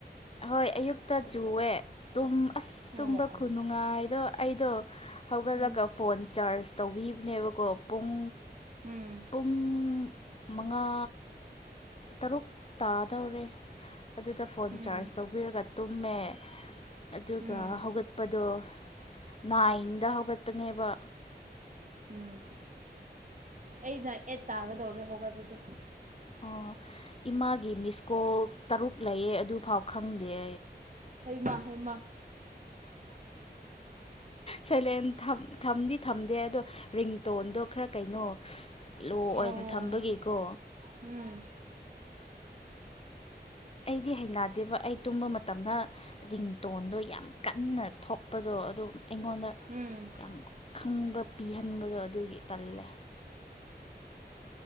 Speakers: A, on the left (about 35°); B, on the right (about 45°).
A: ꯍꯣꯏ ꯑꯌꯨꯛꯇ ꯆꯨꯑꯦ ꯇꯨꯝ ꯑꯁ ꯇꯨꯝꯕ
B: ꯑꯣ ꯑꯣ
A: ꯈꯨꯅꯨꯡꯉꯥꯏꯗꯣ ꯑꯩꯗꯣ ꯍꯧꯒꯠꯂꯒ
B: ꯎꯝ
A: ꯐꯣꯟ ꯆꯥꯔꯖ ꯇꯧꯕꯤꯕꯅꯦꯕꯀꯣ ꯄꯨꯡ
B: ꯎꯝ
A: ꯄꯨꯡ ꯃꯉꯥ ꯇꯔꯨꯛ ꯇꯥꯗꯧꯔꯦ ꯑꯗꯨꯗ ꯐꯣꯟ
B: ꯎꯝ
A: ꯆꯥꯔꯖ ꯂꯧꯕꯤꯔꯒ ꯇꯨꯝꯃꯦ ꯑꯗꯨꯒ
B: ꯎꯝ
A: ꯍꯧꯒꯠꯄꯗꯣ ꯅꯥꯏꯟꯗ ꯍꯧꯒꯠꯄꯅꯦꯕ
B: ꯎꯝ ꯑꯩꯅ ꯑꯦꯠ ꯇꯥꯒꯗꯧꯔꯦ ꯍꯧꯣꯒꯥꯏꯕꯗꯨ
A: ꯑꯣ ꯏꯃꯥꯒꯤ ꯃꯤꯁꯀꯣꯜ ꯇꯔꯨꯛ ꯂꯩꯌꯦ ꯑꯗꯨꯐꯥꯎ ꯈꯪꯗꯦ
B: ꯍꯃ ꯍꯃ
A: ꯁꯣꯏꯂꯦꯟ ꯊꯝꯗꯤ ꯊꯝꯗꯦ ꯑꯗꯣ ꯔꯤꯡꯇꯣꯟꯗꯣ ꯈꯔ ꯀꯩꯅꯣ ꯂꯣ
B: ꯑꯣ
A: ꯑꯣꯏꯅ ꯊꯝꯕꯒꯤꯀꯣ
B: ꯎꯝ
A: ꯑꯩꯗꯤ ꯍꯩꯅꯗꯦꯕ ꯑꯩ ꯇꯨꯝꯕ ꯃꯇꯝꯗ ꯔꯤꯡꯇꯣꯟꯗꯣ ꯌꯥꯝ ꯀꯟꯅ ꯊꯣꯛꯄꯗꯣ ꯑꯗꯨ ꯑꯩꯉꯣꯟꯗ
B: ꯎꯝ
A: ꯌꯥꯝ ꯈꯪꯕ ꯄꯤꯍꯟꯕꯗꯣ ꯑꯗꯨꯒꯤ ꯇꯜꯂꯦ